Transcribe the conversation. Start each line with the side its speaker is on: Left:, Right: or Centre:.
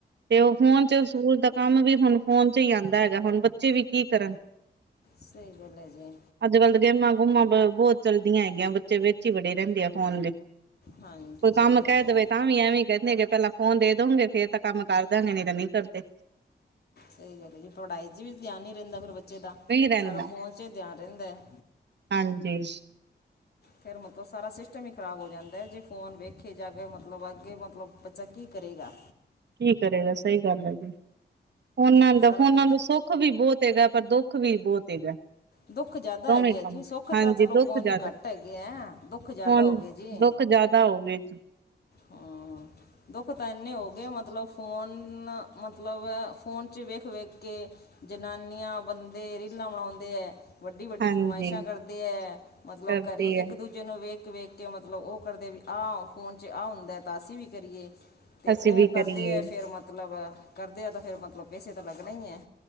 Right: ਤੇ ਉਹ ਫੋਨ ਚ ਸਕੂਲ ਦਾ ਕੰਮ ਵੀ ਹੁਣ ਫੋਨ ਚ ਹੀ ਆਂਦਾ ਹੈਗਾ, ਹੁਣ ਬੱਚੇ ਵੀ ਕੀ ਕਰਨ।
Left: ਸਹੀ ਗੱਲ ਐ ਜੀ।
Right: ਅੱਜ ਕੱਲ੍ਹ ਤਾਂ ਗੇਮਾਂ ਗੁਮਾਂ ਬ ਬਹੁਤ ਚਲਦੀਆਂ ਹੈਗੀਆਂ, ਬੱਚੇ ਵਿੱਚ ਹੀ ਵੜੇ ਰਹਿੰਦੇ ਆ ਫੋਨ ਦੇ। ਕੋਈ
Left: ਹਾਂਜੀ ਸਹੀ
Right: ਕੰਮ
Left: ਗੱਲ
Right: ਕਹਿ
Left: ਹੈ
Right: ਦਵੇ
Left: ਜੀ
Right: ਤਾਂ ਵੀ ਐਵੇਂ ਕਹਿੰਦੇਗੇ ਪਹਿਲਾਂ ਫੋਨ ਦੇ ਦੋਗੇ ਫੇਰ ਤਾਂ ਕੰਮ ਕਰਦਾਗੇ ਨਹੀਂ ਤਾਂ ਨਹੀਂ ਕਰਦੇ।
Left: ਸਹੀ ਗੱਲ ਹੈ ਜੀ, ਪੜ੍ਹਾਈ ਚ ਵੀ ਧਿਆਨ ਨੀ ਰਹਿੰਦਾ ਫਿਰ ਬੱਚੇ ਦਾ
Right: ਨਹੀਂ ਰਹਿੰਦਾ
Left: ਸਾਰਾ ਫੋਨ ਚ ਧਿਆਨ ਰਹਿੰਦਾ ਹੈ।
Right: ਹਾਂਜੀ।
Left: ਫਿਰ ਮਤਲਬ ਸਾਰਾ ਸਿਸਟਮ ਹੀ ਖ਼ਰਾਬ ਹੋ ਜਾਂਦਾ ਹੈ, ਜੇ ਫੋਨ ਵੇਖੇ ਜਾ ਕੇ ਮਤਲਬ ਅੱਗੇ ਮਤਲਬ ਬੱਚਾ ਕੀ ਕਰੇਗਾ।
Right: ਕੀ ਕਰੇਗਾ ਸਹੀ ਗੱਲ ਹੈ ਜੀ, ਉਹਨਾਂ ਦਾ
Left: ਸਾਰਾ
Right: ਫੋਨਾਂ
Left: ਕੁ
Right: ਦਾ ਸੌ ਸੁੱਖ ਵੀ ਬਹੁਤ ਹੈਗਾ ਪਰ ਦੁੱਖ ਵੀ ਬਹੁਤ ਹੈਗਾ।
Left: ਦੁੱਖ ਜ਼ਿਆਦਾ
Right: ਦੋਵੇਂ
Left: ਹੈਗੇ
Right: ਕੰਮ
Left: ਆ ਜੀ ਸੁੱਖ
Right: ਹਾਂਜੀ
Left: ਤਾਂ ਚਲੋ
Right: ਦੁੱਖ
Left: ਕੋਈ
Right: ਜ਼ਿਆਦਾ
Left: ਨੀ ਘੱਟ ਹੈਗੇ ਹੈ, ਦੁੱਖ ਜ਼ਿਆਦਾ
Right: ਹੁਣ
Left: ਹੋ ਗਏ ਜੀ।
Right: <inaudible> <inaudible>
Left: ਹਾਂ ਦੁੱਖ ਤਾਂ ਇੰਨੇ ਹੋ ਗਏ ਮਤਲਬ ਫੋਨ ਮਤਲਬ ਫੋਨ ਚ ਵੇਖ ਵੇਖ ਕੇ ਜਨਾਨੀਆਂ, ਬੰਦੇ ਰੀਲਾਂ ਬਣਾਉਂਦੇ ਹੈ। ਵੱਡੀ ਵੱਡੀ
Right: ਹਾਂਜੀ
Left: ਫਰਮਾਇਸ਼ਾਂ ਕਰਦੇ ਹੈ, ਮਤਲਬ
Right: ਕਰਦੇ
Left: ਘਰੇ
Right: ਹੈ
Left: ਇੱਕ ਦੂਜੇ ਬੱਚੇ ਨੂੰ ਵੇਖ ਵੇਖ ਕੇ ਮਤਲਬ ਉਹ ਕਰਦੇ ਵੀ ਆਹ ਫੋਨ ਚ ਆਹ ਹੁੰਦਾ ਤਾਂ ਅਸੀਂ ਵੀ ਕਰੀਏ ਅਤੇ
Right: ਅਸੀਂ
Left: ਉਹ
Right: ਵੀ
Left: ਕਰਦੇ
Right: ਕਰੀਏ
Left: ਹੈ ਫਿਰ ਮਤਲਬ ਕਰਦੇ ਹੈ ਤਾਂ ਫਿਰ ਮਤਲਬ ਪੈਸੇ ਤਾਂ ਲੱਗਣੇ ਹੀ ਹੈ।